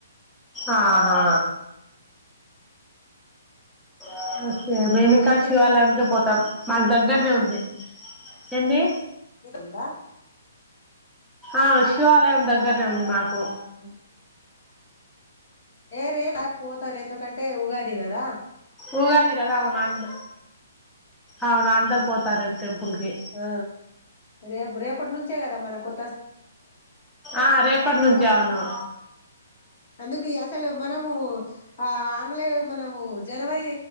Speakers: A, in the centre; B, on the left.
A: ఆహా ఆ అ మేమి ఇంకా
B: రేపు
A: శివాలయంకే పోతాం మాకు దగ్గరనే ఉంది ఎంది
B: ఉందా
A: ఆ శివాలయం దగ్గరనే ఉంది మాకు
B: <inaudible> ఏరే రెప్ అపో తరు ఎందుకంటే ఉగాది గదా
A: ఉగాది గదా అవును అంద అవును అందరు పోతారుేపు టెంపుల్ కి
B: ఆ రేపు రేపటి నుంచే గదా మన కొ
A: ఆ రేపటి నుంచి అవును
B: అందుకి అసలు మనము ఆ ఆంగ్లే మనము జనవరి